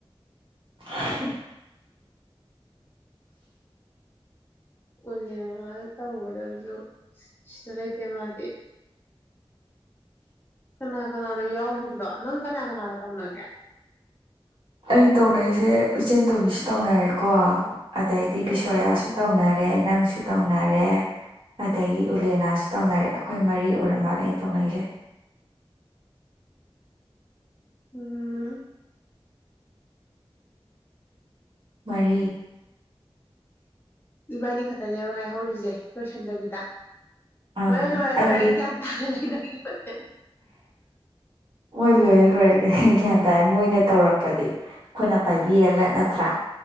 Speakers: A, on the right; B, on the left.
A: <unintelligible>
B: ꯑꯣꯜꯂꯦ ꯇꯧꯧꯒꯗꯕꯁꯨ ꯁꯤꯇ ꯂꯩꯇꯦ ꯃꯥꯗꯤ ꯀꯅꯥ ꯀꯅꯥꯅꯣ ꯌꯥꯎꯈꯤꯕꯗꯣ ꯅꯪ ꯀꯅꯥ ꯀꯅꯥꯒ ꯇꯧꯅꯒꯦ
A: ꯑꯩ ꯇꯧꯅꯔꯤꯁꯦ ꯏꯆꯦꯟ ꯇꯣꯝꯕꯤꯁꯨ ꯇꯧꯅꯔꯦꯀꯣ ꯑꯗ ꯏꯗꯤꯕꯤꯁꯌꯥ
B: ꯎꯝ
A: ꯑꯁ ꯇꯧꯅꯔ ꯔꯦ ꯅꯪꯁꯨ ꯇꯧꯅꯔꯦ ꯑꯗꯒꯤ ꯎꯂꯦꯅꯥꯁꯨ ꯇꯧꯅꯔꯦ ꯑꯩꯈꯣꯏ ꯃꯔꯤ ꯑꯣꯏꯔ ꯃꯥꯜꯂꯦ ꯑꯩꯅ ꯇꯧꯅꯩꯁꯦ
B: ꯎꯝ
A: ꯃꯔꯤ
B: ꯏꯕꯥꯅꯤ ꯈꯇꯅꯤꯦꯕꯉꯥꯏ ꯍꯧꯔꯤꯁꯦ ꯂꯣꯏꯁꯟꯗꯕꯤꯗ
A: ꯑꯪ
B: ꯂꯣꯏꯦ ꯂꯣꯏꯔꯦ ꯂꯣꯏꯔꯦ
A: ꯑꯩꯒꯤ
B: ꯒ꯭ꯌꯥꯟ ꯇꯥꯔ ꯂꯩꯗ ꯄꯦ
A: ꯃꯣꯏ ꯂꯣꯏꯔꯦ ꯂꯣꯏꯔꯦ ꯂꯣꯏ ꯒ꯭ꯌꯥꯟ ꯇꯥꯥꯏꯦ ꯃꯣꯏꯅ ꯇꯧꯔꯛꯄꯗꯤ ꯑꯩꯈꯣꯏꯅ ꯄꯥꯏꯕꯤꯔꯒ ꯅꯠꯇ꯭ꯔꯥ